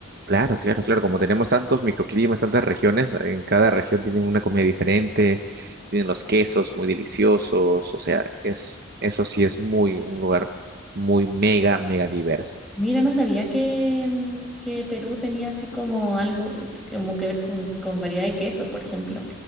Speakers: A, on the right; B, in the centre.
A: Claro, claro, claro. Como tenemos tantos microclimas, tantas regiones, en cada región tienen una comida diferente, tienen los quesos muy deliciosos, o sea, es, eso sí es muy, un lugar muy mega, mega diverso.
B: Mira, no sabía que, mm, que Perú tenía así como algo eh, como que ver con, con variedad de quesos, por ejemplo.